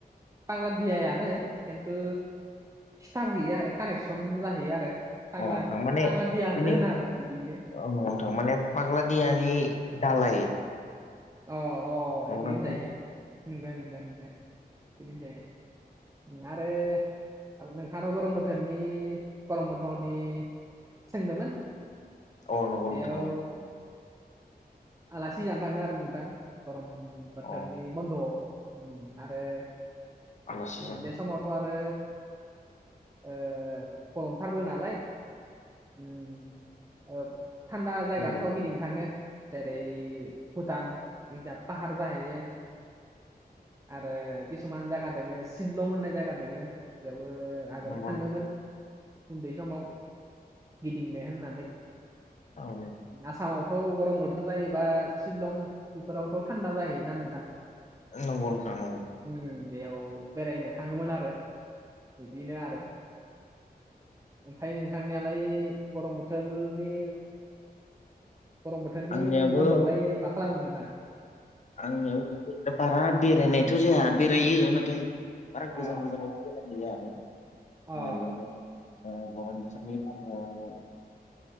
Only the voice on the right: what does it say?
पाग्ला दियायानो खिन्थु सिथाफ हैयो आरो कानेक्सन जाहैयो आरो। फाग्ला
फाग्ला दियाखौनो
होनो आरो बिदिनो
अह अह
इदि होनजायो
नंग नंग नंग बिदिनो जायो। आरो नोंथाङाथ' गरम बोथोरनि गरम बन्द'नि सोंनोमोन?
बेयाव
आलासि जानो थाङो आरो नोंथां गरम बोथोरनि
बन्द'आव। आरो
बे समावथ' आरो ओ गरमथारबो नालाय। उम ओ थान्दा जायगाफ्राव
गिदिंनो थाङो जेरै भुटान बिजा पाहार जाहैयो। आरो किसुमान जायगा दोङो शिललं होननाय जायगा दोङो बेयावबो आगोल
थाङोमोन उन्दै समाव गिदिंनो होननानै।
आसामावथ' गरम बोथोर जायोबा शिलं बेफोरावथ' थान्दा जाहैयोना नोंथां।
ओम बेयाव बेरायनो थाङोमोन आरो बिदिनो आरो। ओमफ्राय नोंथांनियालाय गरम बोथोरनि गरम बोथोरनि
बन्द'आवलाय मा खालामगोन दा
अ
अ